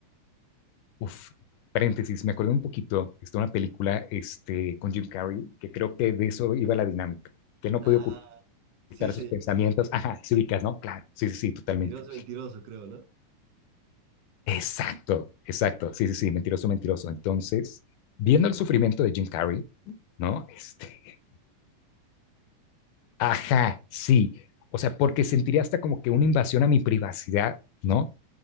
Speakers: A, on the left; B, on the right.
A: Uf, paréntesis, me acordé un poquito, está una película este, con Jim Carrey, que creo que de eso iba la dinámica, que no
B: Ah,
A: podía ocultar
B: sí, sí,
A: sus pensamientos. Ajá, sí ubicas, ¿no? Claro, sí, sí, sí, totalmente.
B: mentiroso, mentiroso, creo, ¿no?
A: Exacto, exacto, sí, sí, sí, mentiroso, mentiroso. Entonces, viendo el sufrimiento de Jim Carrey, ¿no? Este, ajá, sí. O sea, porque sentiría hasta como que una invasión a mi privacidad, ¿no?